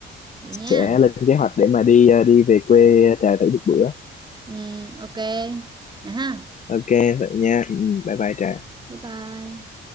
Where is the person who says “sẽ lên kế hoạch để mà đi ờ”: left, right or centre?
Left